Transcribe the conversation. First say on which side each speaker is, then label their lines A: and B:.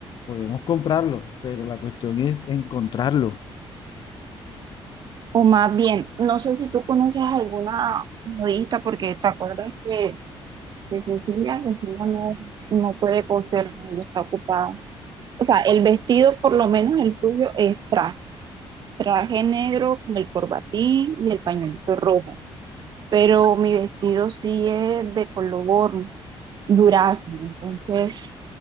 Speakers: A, on the left; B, on the right.
A: podemos comprarlo, pero la cuestión es encontrarlo.
B: O más bien, no sé si tú conoces alguna modista, porque te acuerdas que, que Cecilia, Cecilia no, no puede coser, ella está ocupada. O sea, el vestido, por lo menos el tuyo, es traje, traje negro con el corbatín y el pañuelito rojo. Pero mi vestido sí es de color durazno, entonces